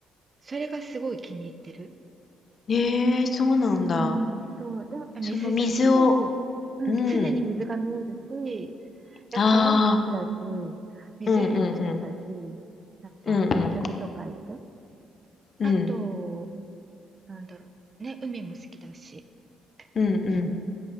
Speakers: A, on the right; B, on the left.
A: それがすごい気に入ってる。
B: ええ、そうなんだ。
A: うーん、そう。でも、水じゃん。
B: その水を、
A: 常に、うん、
B: うん。
A: 常に水が見えるし、だ川も好きだし、
B: ああ、
A: 湖も、
B: うんうんうん。
A: 好きだし、なんか、
B: うんうん。
A: 鳥とかいて。
B: うん。
A: あと、なんだろう。ね、海も好きだし。
B: うんうん。
A: うん。